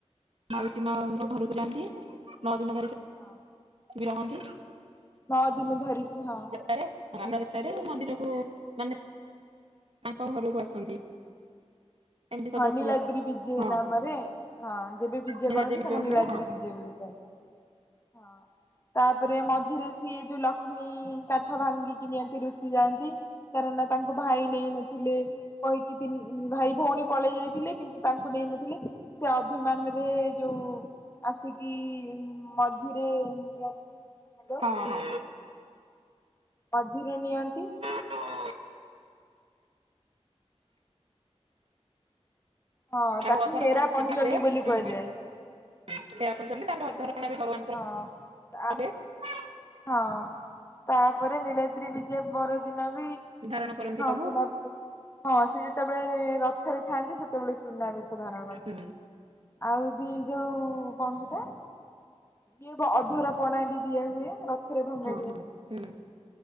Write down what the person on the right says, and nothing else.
ମାଉସୀ ମାଙ୍କ ଘରକୁ ଯାଆନ୍ତି ନଅ ଦିନ ଧରି
ସେଠି ବି ରହନ୍ତି।
ତାରେ ତାଙ୍କ ଭିତରେ ମନ୍ଦିରକୁ ମାନେ ତାଙ୍କ ଘରକୁ ଆସନ୍ତି ଏମିତି ସବୁ
ରଥଯାତ୍ରା
ହଁ
ନୀଳାଦ୍ରି
ବିଜେ
ହୁଏ ହଁ
ହଁ ହଁ
<inaudible>
<unintelligible>
<unintelligible>
ହଇରାଣ କରନ୍ତି
ସବୁ।।
ହୁଁ
ହଁ ହଁ ହୁଁ